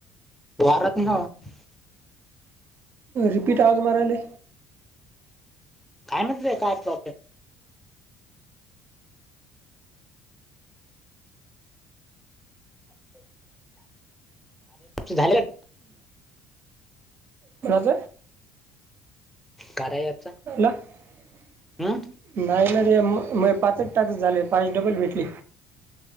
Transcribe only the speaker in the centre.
वाररातनी हो <unintelligible>
काय म्हटलंय काय प्रॉब्लेम झाले <inaudible>
कार्य ॲपचा
हम्म